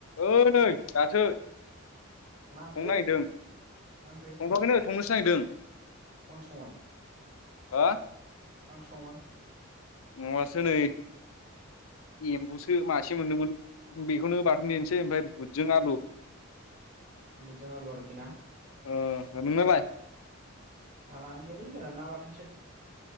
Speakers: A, on the left; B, on the right.
A: ओ नै दासो संनो
B: मा ओंख्रिलै
A: नायदों
B: मा ओंख्रि
A: संथ'आखैनो। संनोसो नागिरदों।
B: मा ओंख्रि संगोन?
A: हा
B: मा ओंख्रि संगोन?
A: नङासो नै एम्बुसो मासे मोनदोंमोन बेखौनो बाथोन देनोसै ओमफ्राय बुदजों आलु।
B: बुदजों आलु आरोकि ना?
A: ओ नोंनालाय?
B: <unintelligible> ना बाथोनसो।